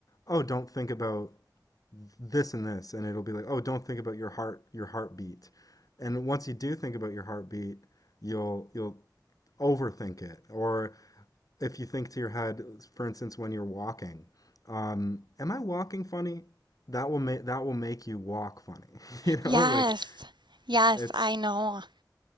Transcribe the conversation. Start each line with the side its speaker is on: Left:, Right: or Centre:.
Left: "Oh, don't think about this and this," and it'll be like, "Oh, don't think about your heart, your heartbeat." And once you do think about your heartbeat, you'll you'll overthink it. Or if you think to your head, for instance, when you're walking, um, "Am I walking funny?" That will make that will make you walk funny. <laughs> You know,
Right: Yes.
Left: like
Right: Yes,
Left: it's
Right: I know.